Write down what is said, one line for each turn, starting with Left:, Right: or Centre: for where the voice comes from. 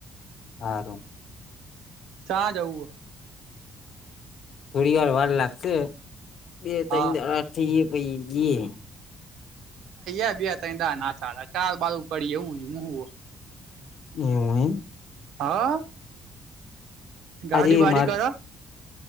Left: હારુ.
Right: ચા જાઉહ?
Left: થોડીવાર વાર લાગશે. બે
Right: હ
Left: તઈણ
Right: હા
Left: દાઢા થી અ પ <unintelligible> <unintelligible>
Right: અ બે ત ના થાડા ક બાળું પડી એવું હ <unintelligible>
Left: મ <unintelligible> ઈવું ઈમ
Right: હા. ગાડી
Left: આજે
Right: વાડી
Left: માર
Right: કર.